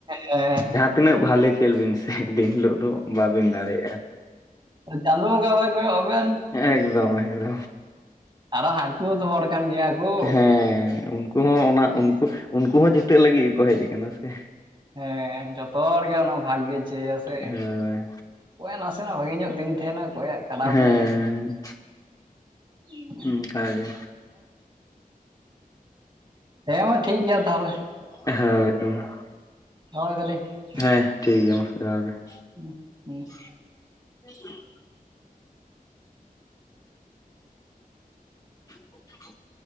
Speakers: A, on the right; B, on the left.
A: ᱦᱮᱸ᱾
B: ᱛᱤᱱᱟᱹᱜ ᱵᱷᱟᱞᱮ ᱠᱷᱮᱞ ᱵᱤᱱ ᱥᱮ ᱫᱤᱱ ᱦᱤᱞᱳᱜ ᱫᱚ ᱵᱟᱵᱤᱱ ᱫᱟᱲᱮᱜ-ᱟ᱾
A: ᱪᱟᱸᱫᱳ ᱵᱚᱸᱜᱟ ᱵᱟᱭ ᱠᱚᱭᱚᱜ ᱟᱵᱮᱱ
B: ᱮᱠᱫᱚᱢ ᱮᱠᱫᱚᱢ
A: ᱟᱨᱚ ᱦᱟᱱᱠᱩ ᱦᱚᱸᱛᱚ ᱦᱚᱲ ᱠᱟᱱ ᱜᱮᱭᱟ ᱠᱚ
B: ᱦᱮᱸ ᱩᱱᱠᱩ ᱦᱚᱸ ᱚᱱᱟ ᱩᱱᱠᱩ ᱦᱚᱸ ᱡᱤᱛᱟᱹᱜ ᱞᱟᱹᱜᱤᱫ ᱜᱮᱠᱚ ᱦᱮᱡ ᱠᱟᱱᱟ ᱥᱮ᱾
A: ᱦᱮᱸ ᱡᱚᱛᱚ ᱦᱚᱲ ᱜᱮᱮ ᱚᱱᱟ ᱵᱷᱟᱜ ᱜᱮ ᱪᱟᱹᱭᱟ ᱥᱮ
B: ᱦᱳᱭ
A: ᱚᱠᱚᱭᱟᱜ ᱱᱟᱥᱮᱱᱟᱜ ᱵᱷᱟᱜᱮ ᱧᱚᱜ ᱫᱤᱱ ᱛᱟᱦᱮᱱᱟ ᱚᱠᱚᱭᱟᱜ ᱠᱷᱟᱨᱟᱯ
B: ᱦᱮᱸ
A: ᱧᱚᱜ ᱾ <unintelligible>
B: ᱚᱱᱠᱟᱜᱮ
A: ᱦᱮᱸ ᱢᱟ ᱴᱷᱤᱠ ᱜᱮᱭᱟ ᱛᱟᱦᱞᱮ ᱾
B: ᱦᱳᱭ ᱛᱚ ᱢᱟ ᱾
A: ᱫᱚᱦᱚᱭ ᱫᱟᱞᱤᱧ ᱾
B: ᱦᱮᱸ ᱴᱷᱤᱠ ᱜᱮᱭᱟ ᱢᱟ ᱡᱚᱦᱟᱨ ᱜᱮ ᱾
A: ᱦᱩᱸᱜ ᱦᱩᱸ ᱾
B: <unintelligible> <inaudible>